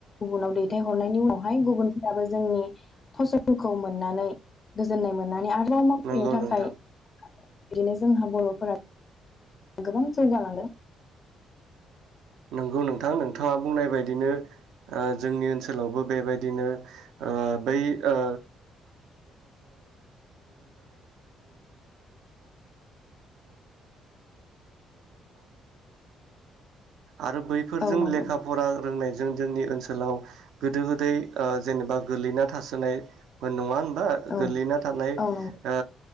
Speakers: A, on the left (about 40°); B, on the right (about 85°).
A: गुबुनाव दैथायहरनायनि उनावहाय गुबुन दाबो जोंनि फसलखौ मोननानै गोजोननाय मोननानै आरोबाव मावफैनो
B: नंगौ
A: थाखाय
B: नोंथां
A: बिदिनो जोंहा बर'फोरा गोबां जौगा लांदों।
B: नोंगौ नोंथां नोंथाङा बुंनाय बायदिनो ओ जोंनि ओनसोलावबो बेबायदिनो ओ बै ओ आरो बैफोरजों
A: औ नंगौ
B: लेखा फरा रोंनायजों जोंनि ओनसोलाव गोदो गोदाय ओ जेनेबा गोलैना थासोनाय नङा होन <unintelligible>
A: औ
B: गोलैना थानाय ओ
A: औ नंगौ